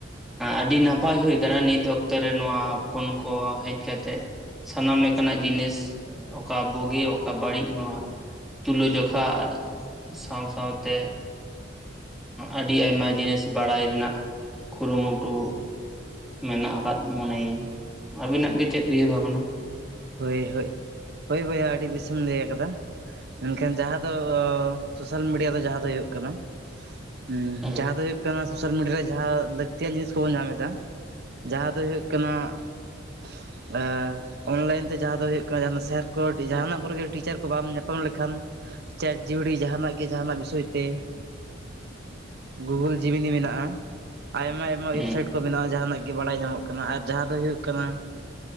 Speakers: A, in the centre; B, on the right (about 60°).
A: ᱟᱹᱰᱤ ᱱᱟᱯᱟᱭ ᱦᱩᱭ ᱟᱠᱟᱱᱟ ᱱᱤᱛ ᱚᱠᱛᱚᱨᱮ ᱱᱚᱶᱟ ᱯᱷᱳᱱ ᱠᱚ ᱦᱮᱡ ᱠᱟᱛᱮᱜ, ᱥᱟᱱᱟᱢ ᱞᱮᱠᱟᱱᱟᱜ ᱡᱤᱱᱤᱥ ᱚᱠᱟ ᱵᱩᱜᱤ ᱚᱠᱟ ᱵᱟᱹᱲᱤᱡ ᱱᱚᱶᱟ ᱛᱩᱞᱟᱹ ᱡᱚᱠᱷᱟ, ᱥᱟᱶ ᱥᱟᱶᱛᱮ ᱟᱹᱰᱤ ᱟᱭᱢᱟ ᱡᱤᱱᱤᱥ ᱵᱟᱲᱟᱭ ᱨᱮᱱᱟᱜ ᱠᱩᱨᱩ ᱢᱩᱴᱩ ᱢᱮᱱᱟᱜ ᱟᱠᱟᱫ ᱢᱚᱱᱮ ᱟᱹᱧ ᱟᱹᱵᱤᱱᱟᱜ ᱜᱮ ᱪᱮᱫ ᱩᱭᱦᱟᱹᱨ ᱵᱷᱟᱵᱽᱱᱟ?
B: ᱦᱳᱭ ᱦᱳᱭ ᱦᱳᱭ ᱵᱚᱭᱦᱟ ᱟᱹᱰᱤ ᱵᱮᱥᱮᱢ ᱞᱟᱹᱭ ᱟᱠᱟᱫᱟ, ᱮᱱᱠᱷᱟᱱ ᱡᱟᱦᱟᱸ ᱫᱚ ᱥᱳᱥᱟᱞ ᱢᱤᱰᱤᱭᱟ ᱫᱚ ᱡᱟᱦᱟᱸ ᱫᱚ ᱦᱩᱭᱩᱜ ᱠᱟᱱᱟ ᱦᱩᱸ
A: ᱦᱮᱸ
B: ᱡᱟᱦᱟᱸ ᱫᱚ ᱦᱚᱭᱩᱜ ᱠᱟᱱᱟ ᱥᱚᱥᱟᱞ ᱢᱤᱰᱤᱭᱟ ᱨᱮ ᱡᱟᱦᱟᱸ ᱞᱟᱹᱠᱛᱤᱭᱟᱱ ᱡᱤᱱᱤᱥ ᱠᱚᱵᱚᱱ ᱧᱟᱢ ᱮᱫᱟ ᱡᱟᱦᱟᱸ ᱫᱚ ᱦᱩᱭᱩᱜ ᱠᱟᱱᱟ <inaudible> ᱮ ᱚᱱᱞᱟᱭᱤᱱ ᱛᱮ ᱡᱟᱦᱟᱸ ᱫᱚ ᱦᱩᱭᱩᱜ ᱠᱟᱱᱟ ᱡᱟᱦᱟᱸ ᱫᱚ ᱥᱮᱨ ᱠᱚ <unintelligible> ᱡᱟᱦᱟᱱᱟᱜ ᱠᱚᱨᱮᱜᱮ ᱴᱤᱪᱟᱹᱨ ᱠᱚ ᱵᱟᱢ ᱧᱟᱯᱟᱢ ᱞᱮᱠᱷᱟᱱ ᱪᱮᱴ ᱡᱤᱯᱤᱴᱤ ᱡᱟᱦᱟᱱᱟᱜ ᱜᱮ ᱡᱟᱦᱟᱱᱟᱜ ᱵᱤᱥᱚᱭ ᱛᱮ ᱮᱸᱜᱩᱜᱩᱞ ᱡᱤᱢᱤᱱᱤ ᱢᱮᱱᱟᱜᱼᱟ ᱟᱭᱢᱟ ᱟᱭᱢᱟ
A: ᱦᱮᱸ
B: ᱮᱵᱥᱟᱭᱤᱴ ᱠᱚ ᱢᱮᱱᱟᱜᱼᱟ ᱡᱟᱦᱟᱱᱟᱜ ᱜᱮ ᱵᱟᱲᱟᱭ ᱧᱟᱢᱚᱜ ᱠᱟᱱᱟ ᱟᱨ ᱡᱟᱦᱟᱸ ᱫᱚ ᱦᱩᱭᱩᱜ ᱠᱟᱱᱟ